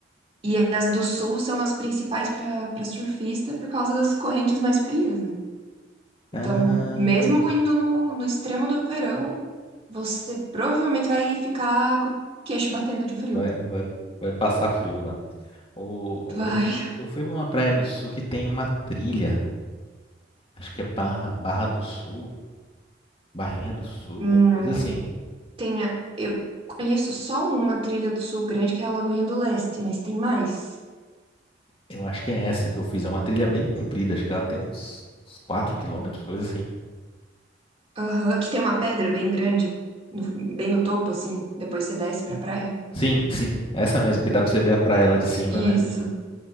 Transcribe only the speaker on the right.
e as do sul são as principais para para surfista por causa das correntes mais frias, né? Então,
mesmo indo no, no extremo do verão, você provavelmente vai ficar com o queixo batendo de frio.
Vai.
Hum,
tem a- eu conheço só uma trilha do sul grande, que é a Lagoinha do Leste, mas tem mais.
Aham, que tem uma pedra bem grande, no- bem no topo, assim. Depois você desce pra praia.
Isso.